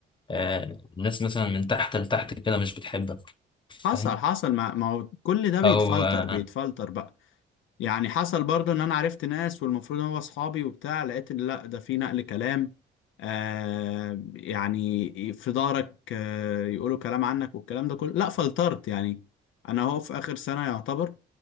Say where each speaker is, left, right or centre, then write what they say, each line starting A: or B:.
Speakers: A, on the left; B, on the left.
A: آه الناس مثلا من تحت لتحت كده مش بتحبك فاهم
B: حصل حصل ما ما هو كل ده بيتفلتر
A: او اه
B: بيتفلتر بقى يعني حصل برضو ان انا عرفت ناس والمفروض هو اصحابي وبتاع لقيت إن لا ده في نقل كلام آه يعني في ظهرك آه يقولوا كلام عنك والكلام ده كله لا فلترت يعني انا هو في اخر سنة يعتبر